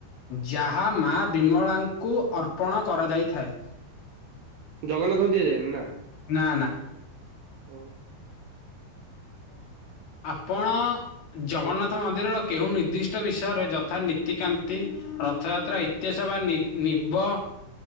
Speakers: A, on the left (about 60°); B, on the right (about 65°).
A: ଯାହା ମା ବିମଳାଙ୍କୁ ଅର୍ପଣ କରାଯାଇଥାଏ।
B: ଜଗନ୍ନାଥଙ୍କୁ ଦିଆଯାଏନି ନା?
A: ନା ନା।
B: ହଉ
A: ଆପଣ ଜଗନ୍ନାଥ ମନ୍ଦିରର କେଉଁ ନିର୍ଦ୍ଦିଷ୍ଟ ବିଷୟରେ ଯଥା ନୀତିକାନ୍ତି ରଥଯାତ୍ରା ଇତିହାସ ବା ନି ନିବ